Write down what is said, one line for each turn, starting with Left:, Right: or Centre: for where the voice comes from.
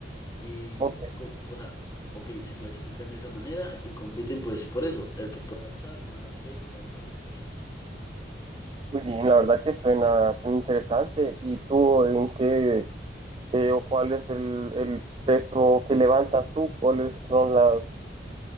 Left: Y,
Right: Ok.
Left: co- o sea, ok, se clasifican de esa manera y compiten pues por eso, el que pueda alzar más peso a una repetición.
Right: Muy bien, la verdad que suena, suena interesante. ¿Y tú en qué eh, o cuál es el, el peso que levantas tú? ¿Cuáles son las,